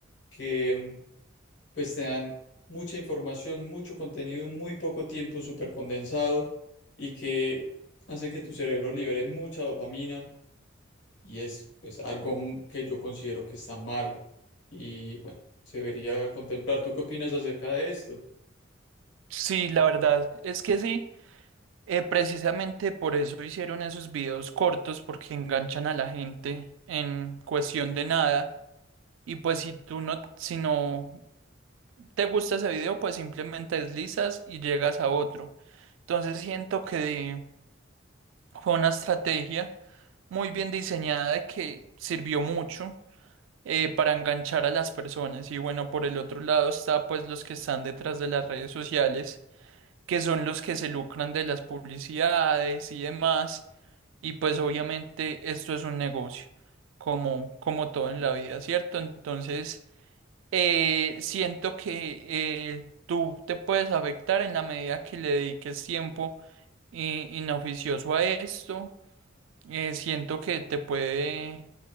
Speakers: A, on the left (about 65°); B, on the right (about 80°).
A: que mm, pues te dan mucha información, mucho contenido en muy poco tiempo, súper condensado, y que hacen que tu cerebro libere mucha dopamina y es pues algo m- que yo considero que está mal y bueno, se debería contemplar. ¿Tú qué opinas acerca de esto?
B: Sí, la verdad es que sí. Eh, precisamente por eso hicieron esos videos cortos porque enganchan a la gente en cuestión de nada y pues si tú no, si no te gusta ese video pues simplemente deslizas y llegas a otro. Entonces siento que de- fue una estrategia muy bien diseñada y que sirvió mucho eh, para enganchar a las personas y bueno por el otro lado está pues los que están detrás de las redes sociales que son los que se lucran de las publicidades y demás Y pues obviamente esto es un negocio, como, como todo en la vida, ¿cierto? Entonces, eh, siento que eh, tú te puedes afectar en la medida que le dediques tiempo i- inoficioso a esto. Eh, siento que te puede